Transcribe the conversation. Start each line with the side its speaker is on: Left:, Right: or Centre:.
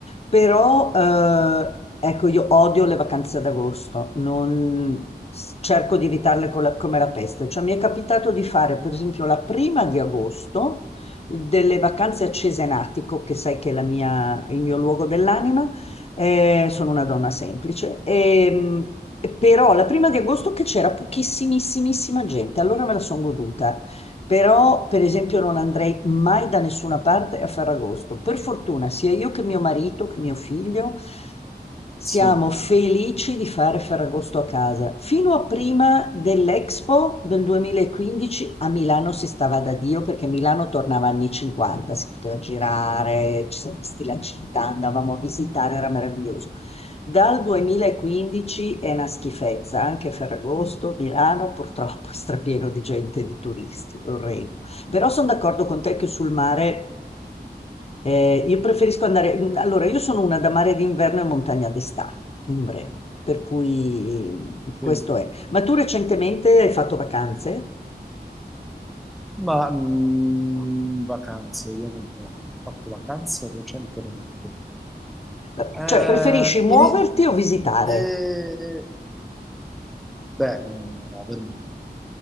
Left: però eh, ecco, io odio le vacanze ad agosto, non- s- cerco di evitarle con la- come la peste, cioè mi è capitato di fare per esempio la prima di agosto delle vacanze a Cesenatico, che sai che è la mia- il mio luogo dell'anima, eh, sono una donna semplice. Ehm, però la prima di agosto che c'era pochissimissimissima gente, allora me la sono goduta. Però, per esempio, non andrei mai da nessuna parte a Ferragosto. Per fortuna, sia io che mio marito, che mio figlio, siamo
Centre: Sì,
Left: felici di fare Ferragosto a casa. Fino a prima dell'Expo del 2015 a Milano si stava da Dio perché Milano tornava anni 50, si poteva girare, ci siamo visti la città, andavamo a visitare, era meraviglioso. Dal 2015 è una schifezza, anche Ferragosto, Milano purtroppo è strapieno di gente, di turisti, orrendo. Però sono d'accordo con te che sul mare eh, io preferisco andare. mm, Allora, io sono una da mare d'inverno e montagna d'estate, in breve, per cui mm, questo
Centre: sì.
Left: è. Ma tu recentemente hai fatto vacanze?
Centre: Ma mh, vacanze, vediamo un po'. Ho fatto vacanze recentemente.
Left: Eh,
Centre: Eh,
Left: Cioè, preferisci muoverti
Centre: ini-
Left: o visitare?
Centre: eh, beh, muovermi.